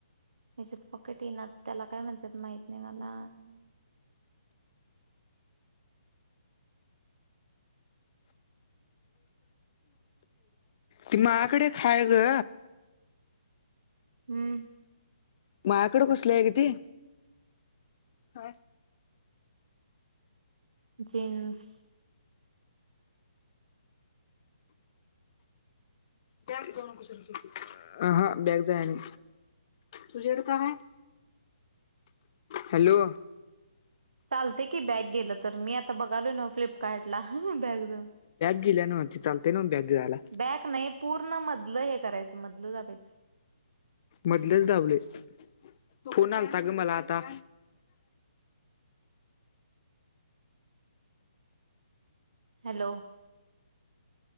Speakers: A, on the right; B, on the left.
A: हच्यात पॉकेट येना त्याला काय म्हणतात माहित नाही मला <inaudible>
B: ती माकडे खा ग
A: हम्म
B: मायाकडे कुसले आहे ग ती ह
A: जीन्स
B: अ हा बॅग द आणि तुझ्या कडे काय हाय हॅलो
A: चालते की बॅग गेलं तर मी आता बघालो ना फ्लिपकार्टला बॅग ज
B: िेो लते नव्ह बॅग घ्यायला
A: बॅक नाही पूर्ण मधलं हे करायचं मधलं दाबायच
B: मधलेच दाबलंय फोन आलता ग मला आता
A: हॅलो